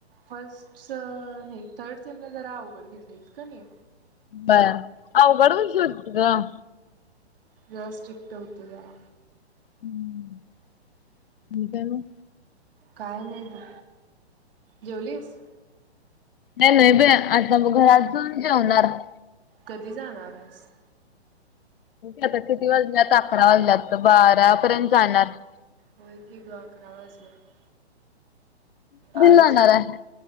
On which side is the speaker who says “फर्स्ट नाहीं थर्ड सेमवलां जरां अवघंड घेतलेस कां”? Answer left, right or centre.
Right